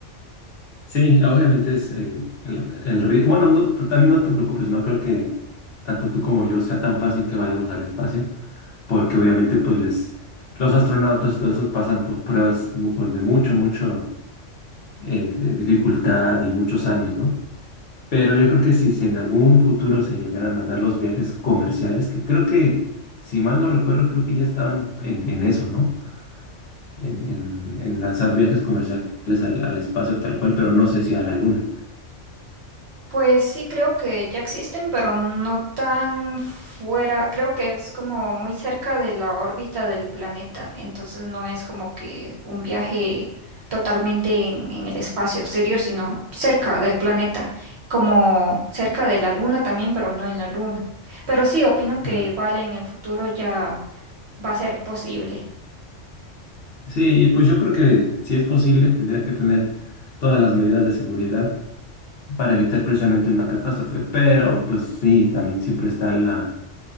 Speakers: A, on the left (about 55°); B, on the right (about 60°).
A: sí, obviamente es el, el, el ri- Bueno, no, pero también no te preocupes, no creo que tanto tú como yo sea tan fácil que vayamos al espacio, porque obviamente pues les, los astronautas y todo eso pasan por pruebas mu- por de mucho, mucho es, es dificultad y muchos años, ¿no? Pero yo creo que si, si en algún futuro se llegaran a dar los viajes comerciales, que creo que, si mal no recuerdo, creo que ya estaban en, en eso, ¿no? En, en- en lanzar viajes comerciales al, al espacio tal cual, pero no sé si a la luna.
B: Pues sí, creo que ya existen, pero no tan fuera, creo que es como muy cerca de la órbita del planeta, entonces no es como que un viaje totalmente en, en el espacio exterior, sino cerca del planeta, como cerca de la luna también, pero no en la luna. Pero sí, opino que
A: Ya.
B: igual en el futuro ya va a ser posible.
A: Sí, y pues yo creo que si es posible, tendría que tener todas las medidas de seguridad para evitar precisamente una catástrofe, pero pues sí, también siempre está la